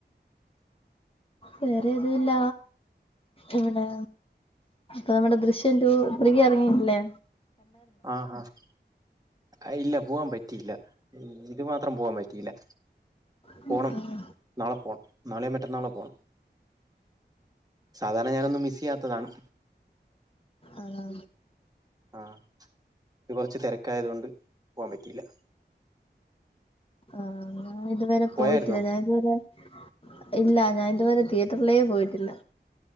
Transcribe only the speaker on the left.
വേറെ ഏതുല്ല ഇവിടെ പെയ്മൺ ദൃശ്യം റ്റൂ ത്രീ എറങ്ങിയിട്ടില്ലേ
<unintelligible>
ആണോ
ആഹ് ഞാൻ ഇതുവരെ പോയിട്ടില്ല
ഞാൻ ഇതുവരെ ഇല്ല ഞാൻ ഇതുവരെ തിയേറ്ററിലേ പോയിട്ടില്ല